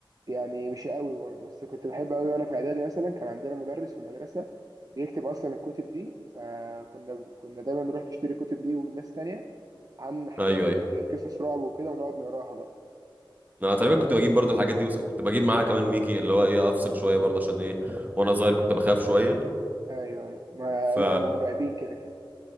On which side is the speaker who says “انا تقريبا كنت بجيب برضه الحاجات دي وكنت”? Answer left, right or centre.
Right